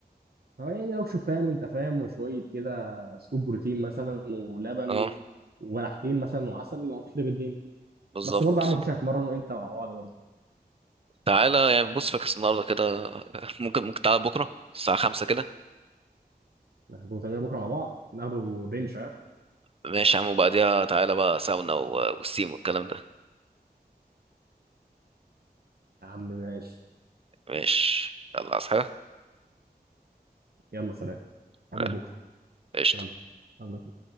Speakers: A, on the right; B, on the right.
A: اه يعني لو شوفان انت فاهم وشويه كده سكوب بروتين مثلا ولبن
B: اه
A: وملحتين مثلا وعسل هتخرب الدنيا
B: بالظبط
A: بس برضه يا عم مفيش هنتمرن وامتى مع بعض برضه
B: تعالى يعني بص فاكس النهاردة كده <laughs> ممكن ممكن تعالى بكرة الساعة خمسة كده
A: ناخده تمرين بكره مع بعض ناخده بنش ها
B: ماشي يا عم وبعديها تعالى بقى ساونا و- والسيم والكلام ده
A: يا عم ماشي
B: ماشي يلا عايز حاجة
A: يلا سلام قبلك
B: لا
A: بكره
B: قشطة
A: ربك ربك